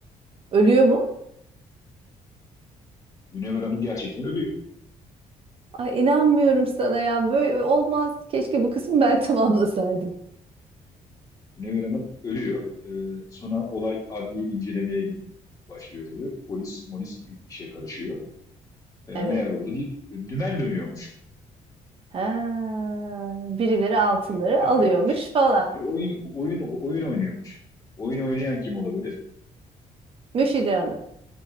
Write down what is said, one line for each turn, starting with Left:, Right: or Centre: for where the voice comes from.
Right: ölüyor mu?
Left: Münevver Hanım gerçekten ölüyor.
Right: Ay inanmıyorum sana ya. Böyle olmaz. Keşke bu kısmı ben <laughs> tamamlasaydım.
Left: Münevver Hanım ölüyor. E, sonra olay adli incelemeye başlıyor tabii. Polis molis bir işe karışıyor. E,
Right: Evet.
Left: meğer orada bir dümen dönüyormuş.
Right: Ha, birileri
Left: Yani
Right: altınları
Left: biri oyun
Right: alıyormuş
Left: yapıyormuş.
Right: falan.
Left: Biri oyun, oyun, oyun oynuyormuş. Oyun oynayan kim olabilir?
Right: Müfide Hanım.